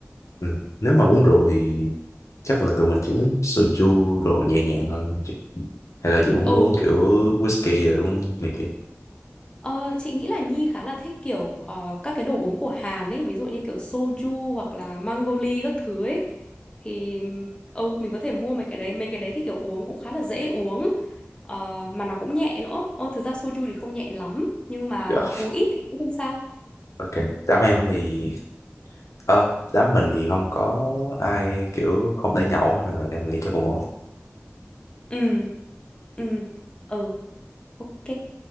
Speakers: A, on the left (about 85°); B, on the left (about 20°).
A: ừ. Nếu mà uống rượu thì chắc là tụi mình chỉ uống soju đồ nhẹ nhàng thôi đúng không chị? Hay là chị muốn
B: Ừ.
A: uống kiểu whisky rồi uống này kia?
B: Ờ, chị nghĩ là Nhi khá là thích kiểu ờ, các cái đồ uống của Hàn ấy, ví dụ như kiểu soju hoặc là mango các thứ ấy. Thì ừ mình có thể mua mấy cái đấy, mấy cái đấy thì kiểu uống cũng khá là dễ uống. Ờ, mà nó cũng nhẹ nữa. Ờ, thực ra soju thì không nhẹ lắm, nhưng mà
A: Dạ.
B: uống ít thì cũng không sao.
A: Ok, đám em thì ờ, đám mình thì không có ai kiểu không thể nhậu hết, nên là em nghĩ chắc cũng ổn.
B: Ừ, ừ, ừ, ok.